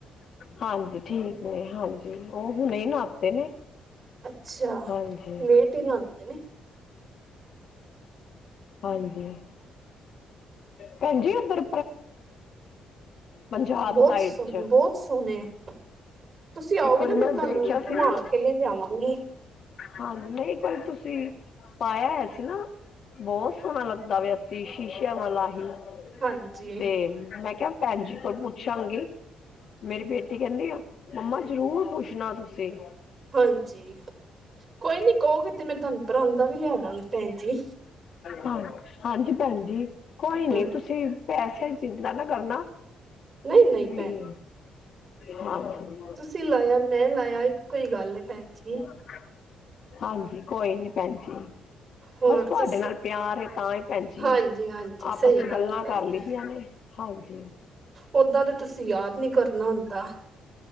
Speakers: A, on the left; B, on the right.
A: ਹਾਂਜੀ ਠੀਕ ਨੇ ਹਾਂਜੀ, ਉਹ ਹੁਣੇ ਨਹਾਤੇ ਨੇ-
B: ਅੱਛਾ
A: ਹਾਂਜੀ-
B: ਲੇਟ ਹੀ ਨਾਂਦੇ ਨੇ
A: ਹਾਂਜੀ- ਭੈਣ ਜੀ ਉਧਰ- ਪੰਜਾਬ
B: ਬ
A: ਸਾਈਡ ਚ
B: ਬਹੁਤ ਸੋਣੇ ਐ ਤੁਸੀ ਆਓਗੇ
A: ਇੱਕ ਵਾਰੀ
B: ਨਾ,
A: ਮੈਂ
B: ਮੈ ਤੁਹਾਨੂੰ
A: ਦੇਖਿਆ ਸੀ
B: ਘੁਮਾ
A: ਨਾ
B: ਕੇ ਲੈ ਜਾਵਾਂਗੀ
A: ਹਾਂਜੀ ਨਹੀ ਇਕ ਵਾਰੀ ਤੁਸੀ, ਪਾਇਆ ਹੈ ਸੀ ਨਾ- ਬਹੁਤ ਸੋਹਣਾ ਲੱਗਦਾ ਪੇਆ ਸੀ, ਸ਼ੀਸ਼ੇਆਂ ਵਾਲਾ ਹੀ-
B: ਹਾਂਜੀ।
A: ਤੇ ਮੈਂ ਕਿਹਾ, ਭੈਣ ਜੀ ਕੋਲ ਪੁਛਾਂਗੀ- ਮੇਰੀ ਬੇਟੀ ਕਹਿਦੀ ਐ, ਮੰਮਾ ਜ਼ਰੂਰ ਪੁਛਣਾ ਤੁਸੀ
B: ਹਾਂਜੀ ਕੋਈ ਨੀ ਕਹੋਗੇ, ਤੇ ਮੈ ਤੁਹਾਨੂੰ ਪ ਪਰਾਨਦਾ ਵੀ ਲਿਆ ਦਵਾਂਗੀ ਭੈਣ ਜੀ
A: ਹਾਂ ਹਾਂਜੀ ਭੈਣ ਜੀ, ਕੋਈ ਨੀ
B: ਹਾਂ,
A: ਤੁਸੀ- ਪੈਸੇ ਦੀ ਚਿੰਤਾ ਨਾ ਕਰਨਾ
B: ਨਹੀਂ-ਨਹੀਂ
A: ਜੀ ਹਾਂਜੀ
B: ਤੁਸੀ ਲਾਇਆ ਮੈ ਲਾਇਆ, ਈਕੋ ਗੱਲ ਹੈ ਭੈਣ ਜੀ
A: <inaudible> ਹਾਂਜੀ ਕੋਈ ਨੀ ਭੈਣ ਜੀ
B: ਹੋਰ
A: ਬਸ ਤੁਹਾਡੇ
B: ਦੱਸੋ?
A: ਨਾਲ ਪਿਆਰ ਐ, ਤਾਂ ਹੀ ਭੈਣ ਜੀ,
B: ਹਾਂਜੀ-ਹਾਂਜੀ ਸਹੀ
A: ਆਪਸ 'ਚ
B: ਗੱਲ
A: ਗੱਲਾਂ
B: ਭੈਣ
A: ਕਰ
B: ਜੀ
A: ਦੀਆਂ ਨੇ, ਹਾਂਜੀ-
B: ਓਦਾਂ ਤੇ ਤੁਸੀਂ ਯਾਦ ਨੀ ਕਰਨਾ ਹੁੰਦਾ।